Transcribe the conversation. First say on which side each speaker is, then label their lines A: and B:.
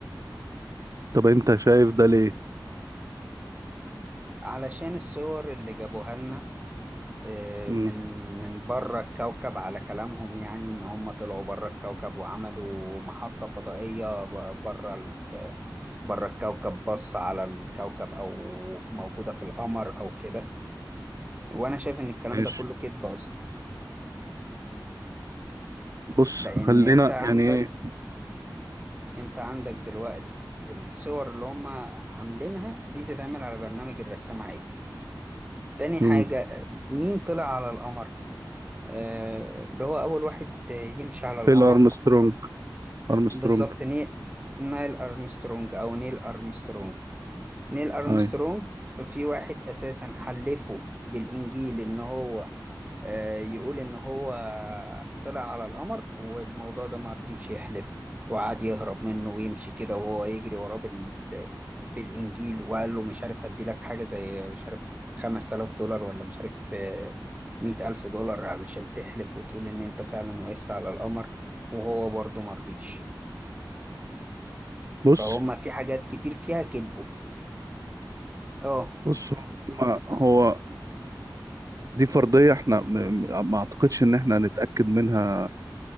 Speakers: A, on the right; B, on the right.
A: طب انت شايف ده ليه
B: علشان الصور اللي جابوها لنا آه،
A: مم.
B: من من بره الكوكب على كلامهم يعني ان هم طلعوا بره الكوكب وعملوا محطه فضائيه ب- بره ال- بره الكوكب بص على الكوكب او موجوده في القمر او كده وانا شايف ان الكلام
A: ماشي
B: ده كله كذب اصلا
A: بص
B: لان
A: خلينا
B: انت عندك
A: يعني ايه
B: انت عندك دلوقتي الصور اللي هم عاملينها دي تتعمل على برنامج الرسام عادي تاني حاجة
A: مم.
B: مين طلع على القمر آه اللي هو اول واحد يمشي على القمر
A: فيل ارمسترونج
B: ده
A: ارمسترونج
B: بالظبط ني... نايل ارمسترونج او نيل ارمسترونج نيل ارمسترونج
A: اي
B: في واحد اساسا حلفه بالانجيل ان هو آه، يقول إن هو طلع على القمر والموضوع ده ما رضيش يحلف وقعد يهرب منه ويمشي كده وهو يجري وراه بال... بالإنجيل وقال له مش عارف هدي لك حاجة زي مش عارف 5000 دولار ولا مش عارف آه، 100000 دولار علشان تحلف وتقول إن أنت فعلا وقفت على القمر وهو برضه ما رضيش
A: بص
B: فهم في حاجات كتير فيها كذبه اه
A: بص هما- هو دي فرضية احنا م- م- ما اعتقدش ان احنا هنتأكد منها